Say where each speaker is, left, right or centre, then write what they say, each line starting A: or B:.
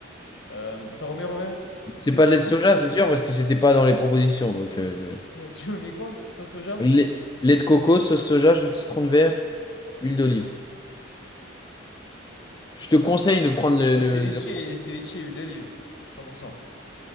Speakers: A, on the left (about 60°); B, on the left (about 20°).
A: Euh, attends, remets, remets.
B: C'est
A: Huile
B: pas de
A: d'olive.
B: lait de soja, c'est sûr, parce que c'était pas dans les propositions. Donc, euh,
A: Euh, Tu m'as mis quoi? Sauce soja?
B: lait, lait de coco, sauce soja, jus de citron de verre. Huile d'olive. Je te conseille de prendre le,
A: Oh,
B: le
A: ceviche
B: zéro-
A: et ceviche et huile d'olive. 100%.